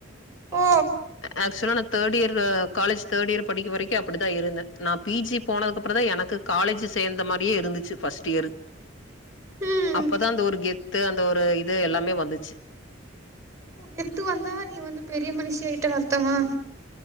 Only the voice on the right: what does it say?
ஓ
ம்
உ கெத்து வந்தா நீ வந்து பெரிய மனுஷியாகிட்ட அர்த்தமா